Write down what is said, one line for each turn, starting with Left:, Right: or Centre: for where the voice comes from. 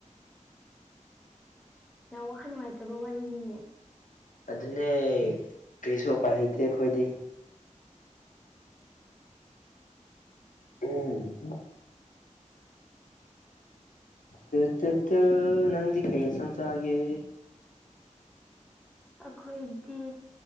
Centre: ꯌꯥꯝ ꯋꯥꯈꯜ ꯅꯨꯡꯉꯥꯏꯇꯕ ꯋꯥꯔꯤꯅꯤꯅꯦ
Left: ꯑꯗꯨꯅꯦ ꯀꯔꯤꯁꯨ ꯎꯄꯥꯏ ꯂꯩꯇꯦ ꯑꯩꯈꯣꯏꯗꯤ ꯎꯝ ꯇꯨ ꯇꯨ ꯇꯨ ꯅꯪꯗꯤ ꯀꯔꯤ ꯏꯟꯁꯥꯡ ꯆꯥꯒꯦ
Centre: ꯑꯩꯈꯣꯏꯗꯤ